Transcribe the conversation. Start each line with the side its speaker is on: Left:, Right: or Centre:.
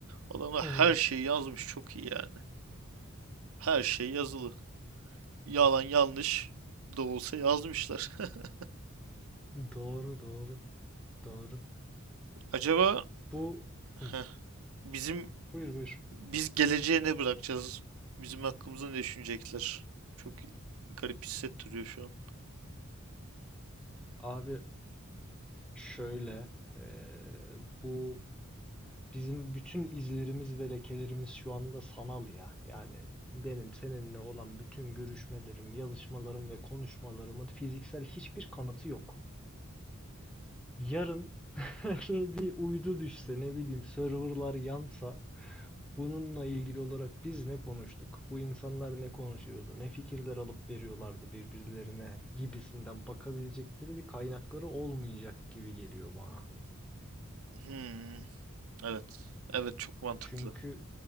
Right: Adamlar
Centre: <laughs>
Right: her şeyi yazmış çok iyi yani. Her şey yazılı. Yalan yanlış da olsa yazmışlar. <laughs>
Centre: Doğru doğru doğru.
Right: Acaba
Centre: Bu
Right: heh,
Centre: <laughs>
Right: bizim
Centre: Buyur buyur.
Right: biz geleceğe ne bırakacağız? Bizim hakkımızda ne düşünecekler? Çok garip hissettiriyor şu an.
Centre: Abi şöyle eee, bu bizim bütün izlerimiz ve lekelerimiz şu anda sanal ya. Yani benim seninle olan bütün görüşmelerim, yazışmalarım ve konuşmalarımın fiziksel hiçbir kanıtı yok. Yarın <laughs> bir uydu düşse ne bileyim serverlar yansa bununla ilgili olarak biz ne konuştuk? Bu insanlar ne konuşuyordu? Ne fikirler alıp veriyorlardı birbirlerine gibisinden bakabilecekleri bir kaynakları olmayacak gibi geliyor bana.
Right: Hmm, evet. Evet çok mantıklı.
Centre: Çünkü